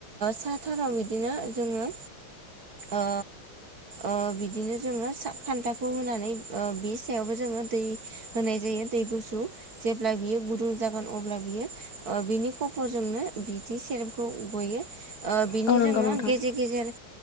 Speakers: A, on the right; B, on the left.
A: साथाराव बिदिनो जोङो ओ ओ बिदिनो जोङो सा खान्थाखौ होनानै बे सायावबो जोङो दै होनाय जायो दै गुसु जेब्ला बियो गुदुं जागोन अब्ला बियो बिनि खफजोंनो बिदि सेरेपखौ गयो। बिनि
B: औ नंगौ
A: जोङो
B: नोंथां
A: गेजेर गेजेर